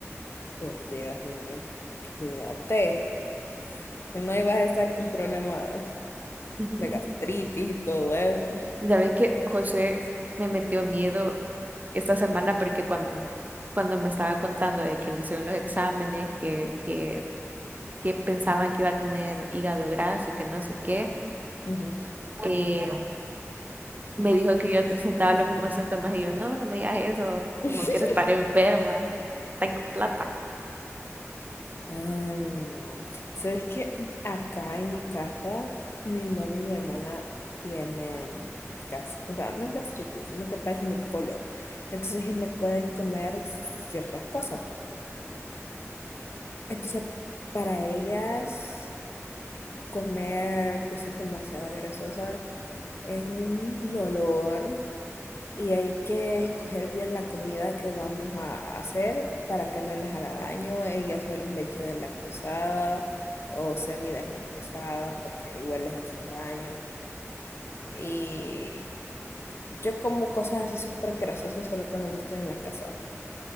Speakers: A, on the left (about 50°); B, on the right (about 35°).
A: Por Dios, niña. Cuídate. Si no, ibas a estar con problemas
B: <laughs>
A: de gastritis y todo eso.
B: Sabes que José me metió miedo esta semana porque cuando, cuando me estaba contando de que le hicieron los exámenes, que, que, que pensaban que iba a tener hígado graso y que no sé qué,
A: Ujú.
B: eh, me dijo que yo presentaba los mismos síntomas y yo, no, no me digas eso, si
A: <laughs>
B: no quiero estar enferma, no tengo plata.
A: Ay, no. ¿Sabes qué? Acá en mi casa, mi mamá y mi hermana tienen gas, o sea, no gastritis, sino que padecen del colon. Entonces ellos no pueden comer ciertas cosas. pues. Entonces, para ellas, comer cosas demasiado grasosas es un dolor y hay que escoger bien la comida que vamos a hacer para que no les haga daño. Ellas suelen leche deslactosada o semideslactosada porque igual les hace daño. Y yo como cosas así súper grasosas solo cuando no estoy en la casa.